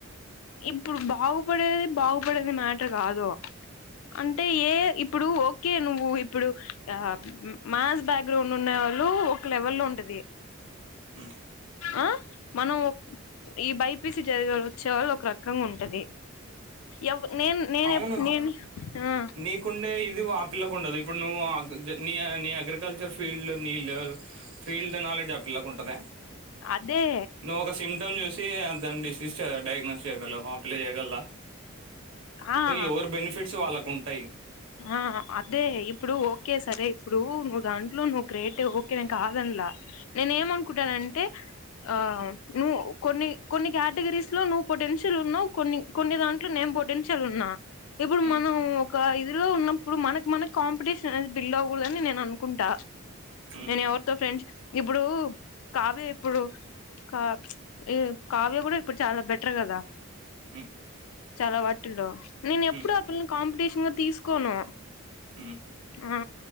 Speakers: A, on the left; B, on the right.
A: ఇప్పుడు బావ్ పడేది బాగుపడేది మ్యాటర్ కాదు అంటే అంటే ఏ ఇప్పుడు ఓకే నువ్వు ఇప్పుడు ఆ మ్యాస్ బ్యాక్గ్రౌండ్ ఉండే వాళ్ళు ఒక లెవెల్ లో ఉంటది
B: హుమ్
A: ఆ మనం ఈ బై పిసి చదివేవాళ్ వచ్చే వాళ్ళు ఒక రకంగా ఉంటది ఎవ్ నేను నేను
B: అవును
A: ఎప్ నేను ఉ
B: నీకుండే ఇది ఆ పిల్లకు ఉండదు ఇప్పుడు నువ్వు నీ నీ అగ్రికల్చర్ ఫీల్డ్ నీ లె ఫీల్డ్ నాలెడ్జ్ ఆ పిల్లకుంటద
A: అదే
B: నువ్వు ఒక సిమ్టమ్ చూసి అ దన్ డిస్ నిశ్ డైగ్నస్ చేయగలవా లేయగలదా
A: ఆ
B: సో ఎవరు బెనిఫిట్స్ వాళ్ళకు ఉం టయ్
A: ఆ అదే ఇప్పుడు ఓకే సరే ఇప్పుడు నువ్వు దాంట్లో నువ్ గ్రేటు నేను కాదన్ల నేను ఏమనుకుంటానంటే ఆ నువ్వు కొన్ని కొన్ని కేటగిరీస్ లో నువ్ పొటెన్షియల్ ఉన్నావ్ కొన్ని కొన్ని దాంట్లో నేను పొటిన్షల్ ఉన్నా ఇప్పుడు
B: ఉమ్,
A: మనం ఒక లో ఉన్నప్పుడు మనక్ మనక్ కాంపిటేషన్ బిల్ అవకూడదని నేను అనుకుంటా
B: ఉమ్,
A: నేను ఎవరితో ఫ్రెండ్స్ ఇప్పుడు కావ్య ఇప్పుడు కా ఏ కావ్య గుడా ఇప్పుడు చాలా బెటర్ కదా
B: ఉమ్,
A: చాలా వాటిలో నేను ఎప్పుడు
B: ఉమ్,
A: ఆ పిల్లని కాంపిటీషన్ తీసు కోను
B: ఉమ్,
A: ఆ